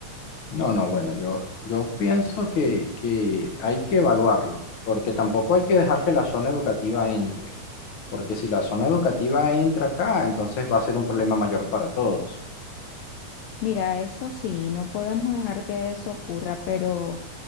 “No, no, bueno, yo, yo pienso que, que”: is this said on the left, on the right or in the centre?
Left